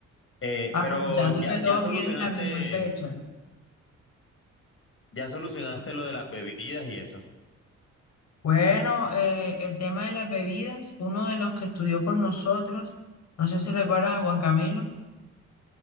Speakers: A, on the left; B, on the left.
A: Eh,
B: Aprovechando
A: pero ya,
B: que todos
A: ya solucionaste,
B: vienen a la misma fecha.
A: ya solucionaste lo de las bebidas y eso.
B: Bueno, eh, el tema de las bebidas, uno de los que estudió con nosotros, no sé si recuerdas a Juan Camilo.